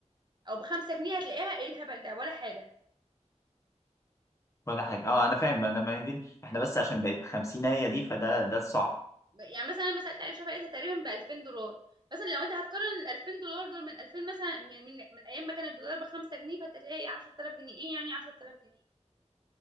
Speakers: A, on the right; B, on the left.
A: او ب 5 جنيه هتلاقيها ايه الهبل ده ولا حاجة
B: ولا حاجة اه انا فاهم انا ما هي دي احنا بس عشان بقت 50 هي دي فده ده الصعب
A: يعني مثلا انا لما سألت علي شافعي لقيتها تقريبا ب 2000 دولار مثلا لو انت هتقارن ال 2000 دولار دول من 2000 مثلا من من, من ايام ما كان الدولار ب 5 جنيه فانت هتلاقي 10000 جنيه ايه يعني 10000 جنيه